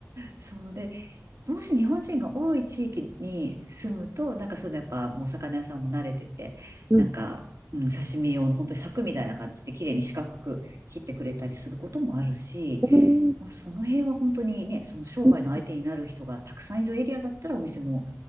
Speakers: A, on the right; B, on the right.
A: そうで、もし日本人が多い地域に住むと、なんかそういうのやっぱもうお魚屋さんも慣れてて、
B: うん。
A: なんか、うん、刺身用の本当に柵みたいな感じで綺麗に四角く切ってくれたりすることもあるし、
B: うん。
A: もうその辺は本当にね、その商売の相手になる人がたくさんいるエリアだったらお店も
B: うん